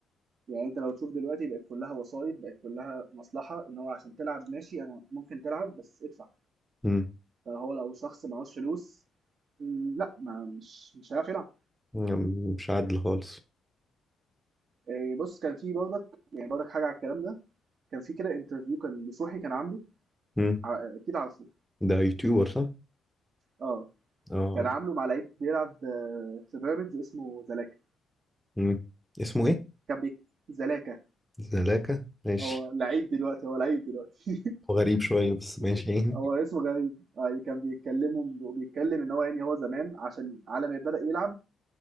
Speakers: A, on the right; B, in the centre.
A: يعني أنت لو تشوف دلوقتي بقت كلها وسايط، بقت كلها مصلحة، إن هو عشان تلعب ماشي أنا ممكن تلعب بس ادفع.
B: مم.
A: فهو لو شخص معهوش فلوس لأ ما مش مش هيعرف يلعب.
B: يعني مش عادل خالص
A: آه، بص كان في برضك يعني برضك حاجه على الكلام ده كان في كده انترفيو كان نصوحي كان عامله
B: مم.
A: ع- آه، اكيد عارفه
B: ده يوتيوبر صح؟
A: اه
B: اه
A: كان
B: عارف
A: عامله مع لعيب بيلعب آه، في بيراميدز اسمه زلاكا
B: مم. اسمه ايه؟
A: كان بيك زلاكا
B: زلاكا ماشي
A: هو لعيب دلوقتي هو لعيب دلوقتي
B: هو غريب شويه بس ماشي
A: <laughs>
B: <laughs> يعني
A: هو اسمه غريب آه كان بيتكلموا بيتكلم ان هو يعني هو زمان عشان على ما بدأ يلعب